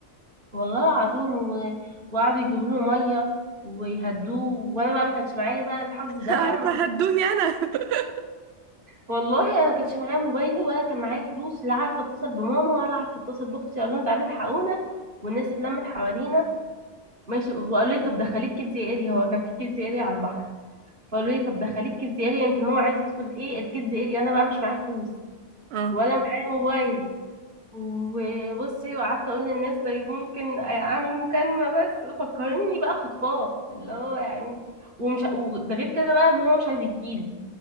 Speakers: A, on the right; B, on the right.
A: والله العظيم و... وقعدوا يجيبوا له ميه ويهدوه وانا بقى ما كانش معايا بقى الحظ ده
B: عارفه
A: بقى ما كان...
B: هدوني انا <laughs>
A: والله انا ما كانش معايا موبايلي ولا كان معايا فلوس لا عارفه اتصل بماما ولا عارفه اتصل باختي اقول لهم تعالوا الحقونا والناس اتلمت حوالينا ماشي وقالوا لي طب دخليك كيدز اريا هو كان في كيدز اريا على البحر فقالوا لي طب دخليك كيدز اريا يمكن هو عايز يدخل ايه الكيدز اريا انا بقى مش معايا فلوس
B: اه
A: ولا معايا موبايل وبصي وقعدت اقول للناس طيب ممكن اعمل مكالمه بس فكرني بقى خطفاه اللي هو يعني ومش وده غير كده بقى ان هو مش عايز يجيلي